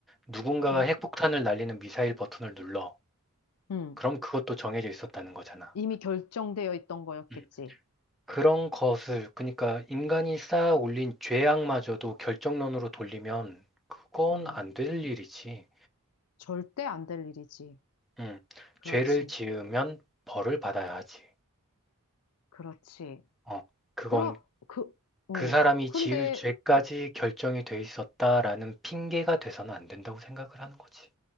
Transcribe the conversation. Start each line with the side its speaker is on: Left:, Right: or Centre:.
Centre: 누군가가
Left: 그럼,
Centre: 핵폭탄을 날리는 미사일 버튼을 눌러.
Left: 음,
Centre: 그럼 그것도 정해져 있었다는 거잖아.
Left: 이미 결정되어 있던 거였겠지.
Centre: 음. 그런 것을, 그러니까 인간이 쌓아 올린 죄악마저도 결정론으로 돌리면 그건
Left: 음,
Centre: 안 될 일이지.
Left: 절대 안 될 일이지.
Centre: 음.
Left: 그렇지,
Centre: 죄를 지으면 벌을 받아야 하지.
Left: 그렇지.
Centre: 어. 그건
Left: 그러, 그, 어,
Centre: 그 사람이
Left: 근데
Centre: 지을 죄까지 결정이 돼 있었다라는 핑계가 돼서는 안 된다고 생각을 하는 거지.